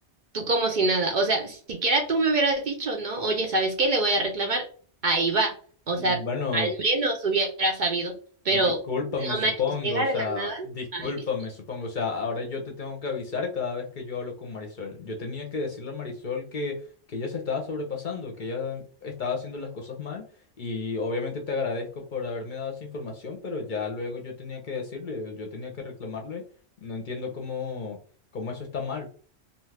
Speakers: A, on the right; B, on the left.
A: tú como si nada. O sea, siquiera tú me hubieras dicho, ¿no? Oye, ¿sabes qué? Le voy a reclamar. Ahí va. O
B: Bueno,
A: sea, al menos hubiera sabido. Pero
B: Discúlpame,
A: no
B: supongo,
A: manches, llega
B: o sea,
A: de la nada.
B: discúlpame,
A: Ay, disculpa.
B: supongo, o sea, ahora yo te tengo que avisar cada vez que yo hablo con Marisol. Yo tenía que decirle a Marisol que, que ella se estaba sobrepasando, que ella estaba haciendo las cosas mal y obviamente te agradezco por haberme dado esa información, pero ya luego yo tenía que decirle, yo tenía que reclamarle. No entiendo cómo, cómo eso está mal.